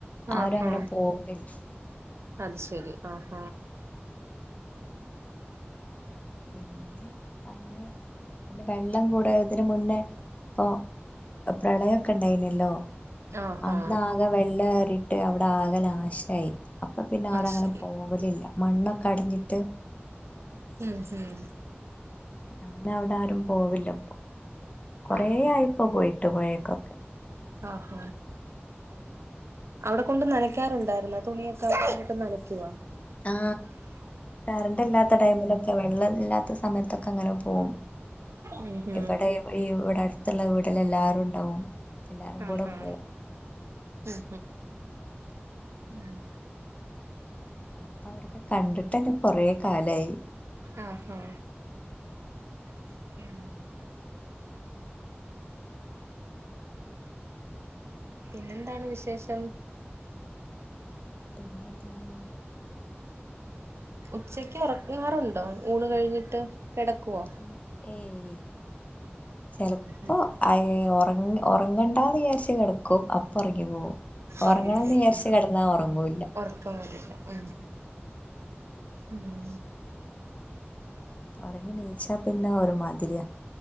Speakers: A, on the left; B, on the right.
A: ആരും
B: ആഹാ
A: അങ്ങനെ പോകണില്ല
B: അത് ശരി ആ ആഹ
A: പിന്നെ അങ്ങനെ ഇതിന്റെ വെള്ളം കൂടെ ഇതിനു മുന്നേ ഇപ്പൊ പ്രളയൊക്കെ ഉണ്ടായിനല്ലല്ലോ
B: ആഹാ
A: അന്ന് ആകെ വെള്ളം ഏറി അവിടെ ആകേ നാശമായി അപ്പൊ പിന്നെ അവിടെ
B: അത്
A: അങ്ങനെ
B: ശരി
A: പോവലില്ല മണ്ണൊക്കെ അടിഞ്ഞിട്ട്-
B: ഉം ഹം
A: അങ്ങനെ അവിടെ ആരും പോവില്ല ഇപ്പൊ കൊറേ
B: ആഹ്
A: ആയിപ്പ പോയി- പഴേക്കൊക്കെ <unintelligible>
B: ആ ഹാ അവിടെ കൊണ്ട് നനക്കാറുണ്ടായിരുന്നോ തുണിയൊക്കെ അവിടേട്ട് നനയ്ക്കുവോ
A: ആ കറണ്ട് ഇല്ലാത്ത ടൈമിലൊക്കെ വെള്ളഓ ഒന്നും ഇല്ലാത്തപ്പോ സമയത്തൊക്കെ അങ്ങനെ പോകും
B: ഉം ഉം
A: ഇവിടെ ഇവിടെ- മത്തുള്ള വീടിൽ എല്ലാരും ഉണ്ടാവും. എല്ലാരും കൂടെ
B: ആഹാ
A: പോവും
B: ഉം ഉം
A: ഇപ്പ അവിടൊക്കെ കണ്ടിട്ടന്നെ കൊറെ കാലായി
B: ആ ആ <unintelligible> പിന്നെന്താണ് വിശേഷം
A: പിന്നെ എന്താണ്
B: ഉച്ചക്ക് ഉറങ്ങാറുണ്ടോ ഊണ് കഴിഞ്ഞിട്ട് കെടക്കുവോ
A: ഈ ഏയ് ചിലപ്പോ
B: ഉം
A: അയ് ഉറങ്ങി ഉറ ഉറങ്ങണ്ടാന്നു വിചാരിച്ചു കിടക്കും അ പ്പോറങ്ങി പോകും ഉറങ്ങണംന്ന്
B: ഉറങ്ങിപ്പോവും
A: വിചാരിച്ച്
B: ഉം
A: കിടന്നാ ഉറങ്ങൂല്ല
B: ഉറക്കം വരില്ല ഉം ഉം
A: ഉറങ്ങി നീച്ച പിന്നെ ഒരുമാതിരിയാ